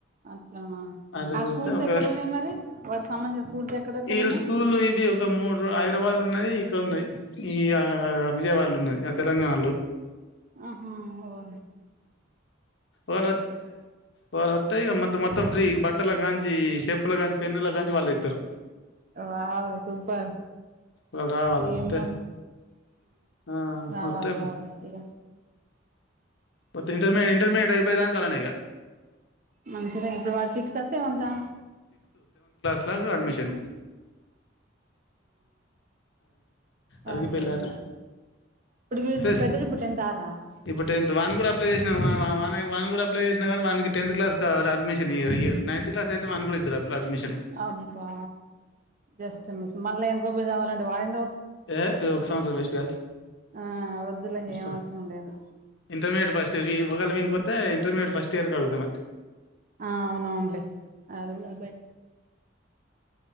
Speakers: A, on the right; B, on the left.
A: అట్లానా
B: అట్లా
A: ఆ
B: చూత్తే
A: స్కూల్స్
B: ఒక
A: ఎక్కడన్నాయి మరి వాడి సంబంధించిన స్కూల్స్ ఎక్కడ ఎక్కడ
B: వీళ్ళు
A: ఉన్నాయి
B: స్కూల్ ఇవి ఒక మూడు హైదరాబాద్ లో ఉన్నది ఇక్కడ ఉన్నది ఈ విజయవాడలో ఉన్నది ఆ తెలంగాణలో
A: ఆహా ఓ
B: వ వ అత్త ఈ మ మొత్తం ఫ్రీ బట్ పట్టల కాంచి చెప్పుల కాంచి పెన్నుళ్ల కాంచి వాళ్ళు ఇస్తారు
A: వా సూపర్
B: వాళ్ళు రావాలి
A: ఏమ
B: వస్తే ఆ
A: రావాలి
B: వస్తే
A: రావాలి ఏం
B: మ ఇంటర్ ఇంటర్మీడియేట్ అయిపోయిాం కాలనే ఇక
A: మంచిద ఇప్పుడు వాడు సిక్స్ సెవెంతా
B: అలాకు అడ్మిషను
A: పర్లేదు
B: అరిగిపోయిలాట
A: ఇప్పుడు వడిప్పుడు
B: ప్లస్
A: పెద్దడు పట్ట ఎంత తారా
B: ఇప్పుడు టెన్త్ వాని కూడా అప్లై చేసినా వన్ కూడా అప్లై చేసినా కానీ వన్కి tenth class admission year ninth class అయితే వన్ కూడా ఇద్దరు అడ్మిషన్
A: అబ్బా జస్ట్ మిస్ మళ్ళా ఏం గోబ కావాలంటే వాయి
B: ఏ ఒక సంవత్సరం వేస్ట్ కాదు
A: ఆ వద్దులే
B: ఫస్
A: ఏం అవసరం లేదు
B: ఇంటర్మీడియట్ ఫస్ట్ ఒకాల వీని కొతే ఇంటర్మీడియట్ ఫస్ట్ ఇయర్ క అడుగుతామా
A: ఆ అవునవునులే అది కూడా బ